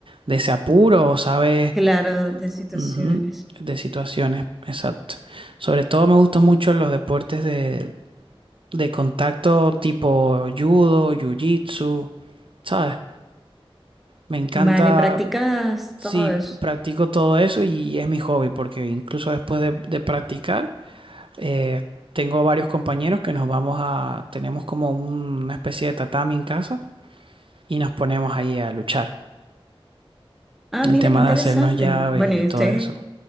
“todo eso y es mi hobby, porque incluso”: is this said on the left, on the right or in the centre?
Right